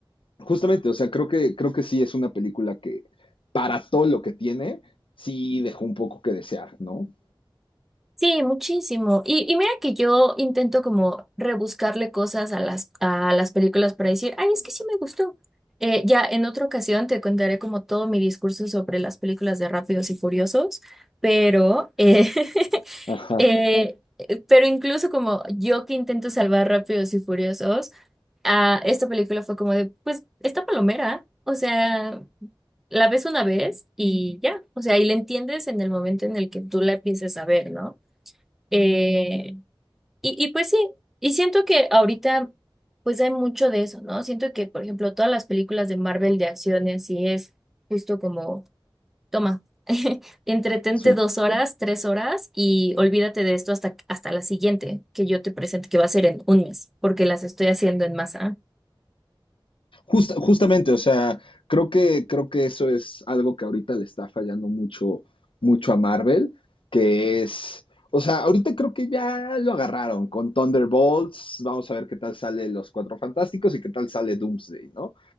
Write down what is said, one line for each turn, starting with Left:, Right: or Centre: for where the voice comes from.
Left: justamente, o sea, creo que, creo que sí es una película que para todo lo que tiene, sí dejó un poco que desear, ¿no?
Centre: Sí, muchísimo. Y, y mira que yo intento como rebuscarle cosas a las, a las películas para decir, ay, es que sí me gustó. Eh, ya en otra ocasión te contaré como todo mi discurso sobre las películas de Rápidos y Furiosos, pero, eh, <laughs>
Left: Ajá,
Centre: eh, pero incluso como yo que intento salvar Rápidos y Furiosos, ah, esta película fue como de, pues, esta palomera, o sea, la ves una vez y ya, o sea, y la entiendes en el momento en el que tú la empiezas a ver, ¿no? Eh, y, y pues sí, y siento que ahorita pues hay mucho de eso, ¿no? Siento que, por ejemplo, todas las películas de Marvel de acciones sí es justo como, toma, <laughs> entretente
Left: sí.
Centre: dos horas, tres horas y olvídate de esto hasta, hasta la siguiente que yo te presente, que va a ser en un mes, porque las estoy haciendo en masa.
Left: Just, justamente, o sea, creo que, creo que eso es algo que ahorita le está fallando mucho, mucho a Marvel, que es, o sea, ahorita creo que ya lo agarraron con Thunderbolts, vamos a ver qué tal sale Los Cuatro Fantásticos y qué tal sale Doomsday, ¿no?